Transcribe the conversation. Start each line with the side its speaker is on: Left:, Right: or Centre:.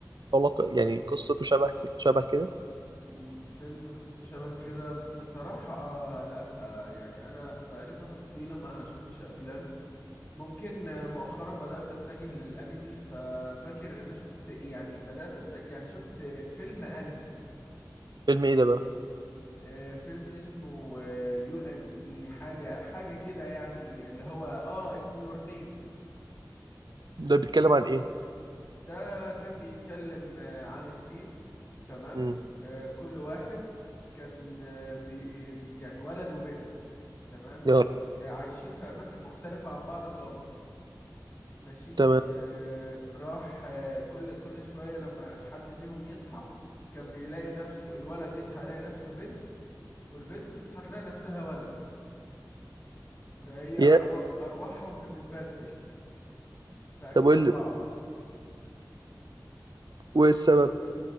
Right: علاقة- يعني قصته شبه كده شبه كده
Left: مم، فيلم قصته شبه كده بصراحة آه لا آه يعني انا بقالي فترة طويلة ما شفتش افلام ممكن آه، مؤخرا بدأت اتجه للانمي ففاكر ان انا شفت يعني بدأت أت... يعني شفت فيلم انمي
Right: فيلم ايه ده بقى
Left: آه، فيلم اسمه يو اند مي حاجة حاجة كده يعني اللي هو اه اسمه يور نيم
Right: ده بيتكلم عن ايه
Left: ده كان بيتكلم آه، عن اتنين تمام
Right: امم
Left: آه، كل واحد كان آه، بي آه، بي- يعني ولد وبنت تمام
Right: يلا
Left: آه، عايشين في أماكن مختلفة عن بعض خالص ماشي
Right: تمام
Left: آه، راح آه، كل كل شوية لما حد فيهم يصحى كان بيلاقي نفسه الولد يصحى يلاقي نفسه بنت والبنت بتصحى تلاقي نفسها ولد فهي
Right: يا
Left: أرواح أرواحهم بتتبدل في أجسام
Right: طب وايه اللي-
Left: بعض
Right: وإيه السبب